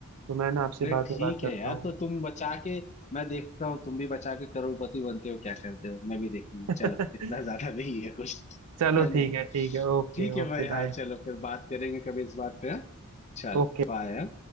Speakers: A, on the right; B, on the left.
A: तो मैं ना आपसे
B: अरे
A: बाद
B: ठीक
A: में बात करता
B: है यार
A: हूँ
B: तो तुम बचा के मैं देखता हूँ तुम भी बचा के करोड़पति बनते हो क्या करते हो मैं भी देखूंगा
A: <laughs>
B: चलो इतना <laughs> ज्यादा नहीं है कुछ
A: चलो
B: है ना
A: ठीक है ठीक है ओके
B: ठीक है
A: ओके
B: भाई हाँ
A: बाय
B: चलो फिर बात करेंगे कभी इस बात पे हाँ? चलो
A: ओके
B: बाय